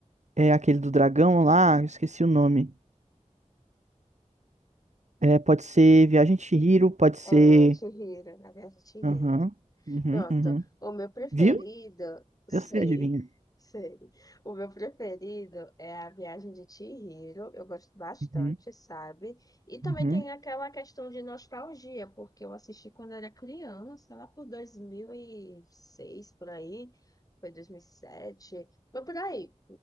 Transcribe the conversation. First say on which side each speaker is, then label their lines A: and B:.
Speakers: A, on the right; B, on the left.
A: é aquele do dragão lá, eu esqueci o nome. É, pode ser Viagem de Chihiro, pode ser.
B: É Chihiro, na verdade, Chihiro.
A: Aham. Uhum,
B: Pronto.
A: uhum.
B: O meu preferido,
A: Viu?
B: sei,
A: Eu sei, adivinha.
B: sei. O meu preferido é a viagem de Chihiro. Eu gosto bastante,
A: Uhum,
B: sabe? E também
A: uhum.
B: tem aquela questão de nostalgia, porque eu assisti quando era criança, lá por 2006, por aí. Foi 2007, foi por aí,